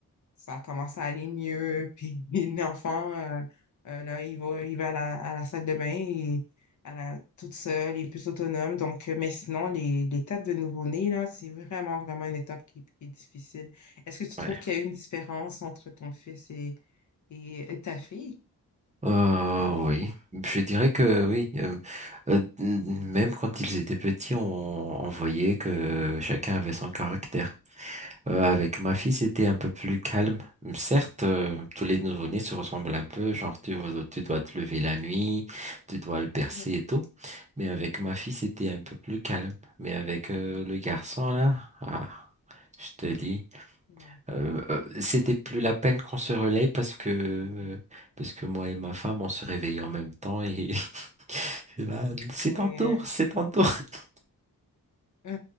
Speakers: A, on the left (about 50°); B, on the right (about 20°).
A: ça commence à aller mieux. Puis <laughs> l'enfant, euh, euh, là, il va, il va à la, à la salle de bain et à la, toute seule, il est plus autonome. Donc, euh, mais sinon, les- l'étape de nouveau-né, là, c'est vraiment, vraiment une étape qui, qui est difficile. Est-ce que tu
B: ouais.
A: trouves qu'il y a une différence entre ton fils et, et ta fille?
B: Euh, oui, je dirais que oui. euh, euh, n- même quand ils étaient petits, on, on voyait que chacun avait son caractère. Euh, avec ma fille,
A: Mhm,
B: c'était un peu plus calme. Certes, euh, tous les nouveau-nés se ressemblent un peu, genre tu, tu dois te lever la nuit, tu dois le bercer
A: mhm.
B: et tout. Mais avec ma fille, c'était un peu plus calme. Mais avec euh, le garçon là, ah, je te dis.
A: Ouais.
B: Euh, euh, c'était plus la peine qu'on se relaie parce que euh, parce que moi et ma femme on se réveillait en même temps et, <laughs> et là c'est
A: Oui,
B: ton tour,
A: hein.
B: c'est ton tour. <laughs>
A: <laughs> oui,